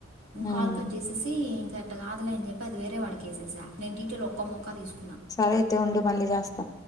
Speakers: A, on the left; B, on the right.
A: హుమ్
B: కాల్ కట్ చేసేసి ఇంక ట్టకాదులే అని చెప్ప అది వేరే వాడి కేసేశా నేన్ డీటెల్ ఒక్క ముక్క తీస్
A: సరే అయితే ఉండు మళ్ళీ జాస్తా